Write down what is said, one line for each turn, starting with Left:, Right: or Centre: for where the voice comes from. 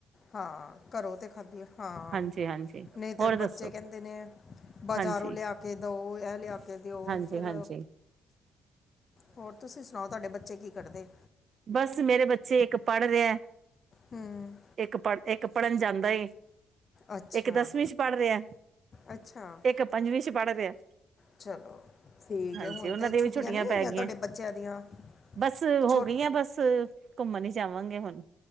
Left: ਹਾਂ ਘਰੋਂ ਤੇ ਖਾਧੀ ਏ। ਹਾਂ
Right: ਹਾਂਜੀ ਹਾਂਜੀ
Left: ਨਹੀਂ ਤਾਂ
Right: ਹੋਰ ਦੱਸੋ
Left: ਬੱਚੇ ਕਹਿੰਦੇ ਨੇ ਬਾਜ਼ਾਰੋਂ
Right: ਹਾਂਜੀ
Left: ਲਿਆ ਕੇ ਦਓ, ਇਹ ਲਿਆ ਕੇ ਦਿਓ।
Right: ਹਾਂਜੀ
Left: ਫਿਰ
Right: ਹਾਂਜੀ
Left: ਹੋਰ ਤੁਸੀਂ ਸੁਣਾਓ ਤੁਹਾਡੇ ਬੱਚੇ ਬੱਚੇ ਕੀ ਕੱਢਦੇ।
Right: ਬਸ ਮੇਰੇ ਬੱਚੇ ਇੱਕ ਪੜ੍ਹ ਰਿਹਾ।
Left: ਹੂੰ
Right: ਇੱਕ ਪੜ ਇੱਕ ਪੜ੍ਹਨ ਜਾਂਦਾ ਏ।
Left: ਅੱਛਾ
Right: ਇੱਕ ਦਸਵੀਂ ਚ ਪੜ੍ਹ ਰਿਹਾ,
Left: ਅੱਛਾ
Right: ਇੱਕ ਪੰਜਵੀਂ ਚ ਪੜ੍ਹ ਰਿਹਾ।
Left: ਚਲੋ ਠੀਕ
Right: ਹਾਂਜੀ,
Left: ਹੈ ਹੁਣ
Right: ਓਨਾ
Left: ਤਾਂ
Right: ਦੀਆਂ ਵੀ ਛੁੱਟੀਆਂ
Left: ਨਹੀਂ ਹੋਈਆਂ
Right: ਪੈ ਗੀਆਂ।
Left: ਤੁਹਾਡੇ ਬੱਚਿਆਂ ਦੀਆਂ
Right: ਬਸ
Left: ਛੋ
Right: ਹੋ ਗਈਆਂ ਬੱਸ ਕੁਮਣ ਹੀ ਜਾਵਾਂਗੇ ਹੁਣ।